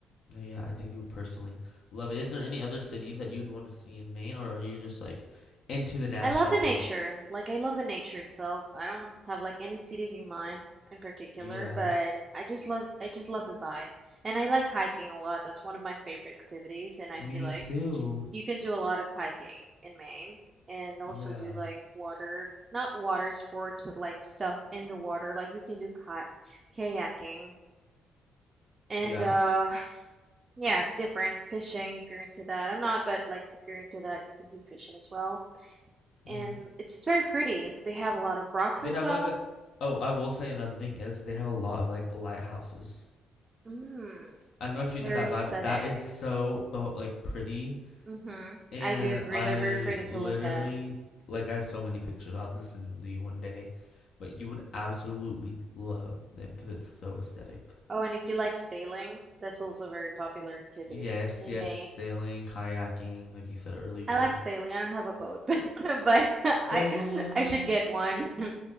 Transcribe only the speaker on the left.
no, yeah, I think you would personally love it. Is there any other cities that you'd want to see in Maine, or are you just like into the national
parks?
Yeah,
me
too.
Yeah,
yeah.
Mm-hmm.
They
have
like a. Oh, I will say another thing is they have a lot of like lighthouses.
I don't know if you're into
that
vibe, but that is so bo- like pretty.
And
I
literally
like I have so many pictures. I'll have to send to you one day, but you would absolutely love them because it's so aesthetic.
Yes,
yes,
sailing, kayaking, like you said earlier.
Sail.